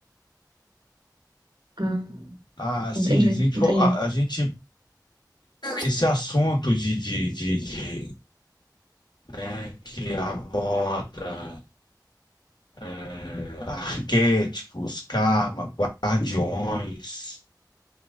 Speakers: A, on the right (about 80°); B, on the left (about 70°).
A: Ah,
B: Ah, sim,
A: entendi,
B: a gente,
A: entendi.
B: a, a gente esse assunto de, de, de, de, né, que aborda eh, arquétipos, karma, guardiões,